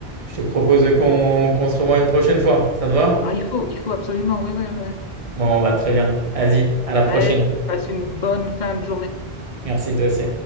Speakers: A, on the right; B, on the left.
A: je te propose qu'on qu'on se revoie une prochaine fois. Ça te va?
B: Ah, il faut, il faut absolument, oui, oui, oui.
A: Bon, bah, très bien. Vas-y, à la prochaine.
B: Allez, passe une bonne fin de journée.
A: Merci, toi aussi.